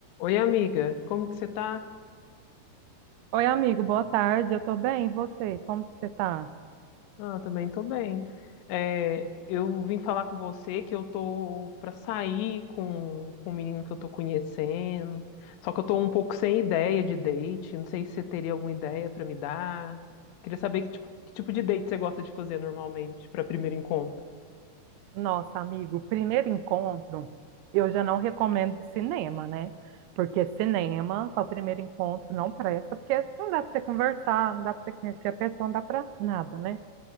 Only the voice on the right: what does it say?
Oi, amigo, boa tarde. Eu tô bem, e você? Como que você tá?
Nossa, amigo, primeiro encontro, eu já não recomendo de cinema, né? Porque cinema, para o primeiro encontro, não presta, porque não dá para você conversar, não dá para você conhecer a pessoa, não dá para nada, né?